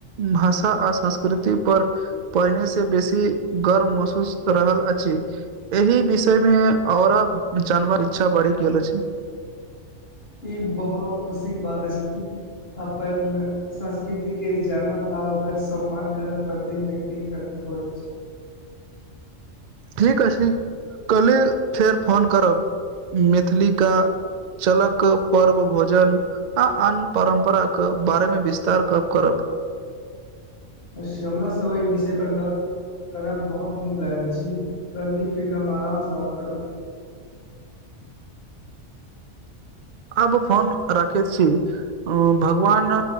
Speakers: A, on the right; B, on the left.
A: भाषा आ संस्कृति पर पहिने से बेसी गर्व महसूस रहल अछि एहि विषय मे औरा जानबा के इच्छा बढ़ि गेल अछि
B: ई बहुत खुशी के बात अछि अपन संस्कृतिके जानब आ ओकर सम्मान करब प्रत्येक व्यक्ति के करर्तब अछि
A: ठीक अछि कले फेर फोन करब मैथिलीका चलक पर्व भोजन आ आन परम्पराके बारेमे विस्तार गप करब
B: अवश्य हमरा सेहो एहि विषय पर गप करब बहुत नीक लागैत अछि करली फेर हम आरामसँ बात करब
A: आब फोन राखे छी अ भगवान